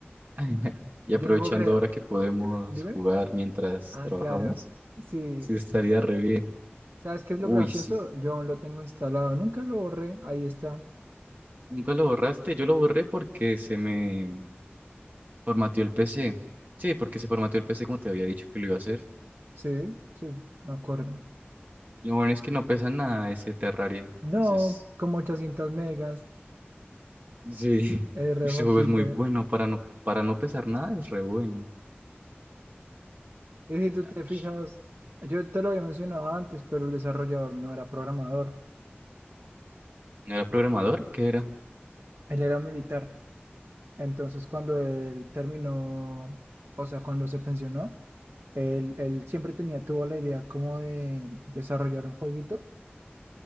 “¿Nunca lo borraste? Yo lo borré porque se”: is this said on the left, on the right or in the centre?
Right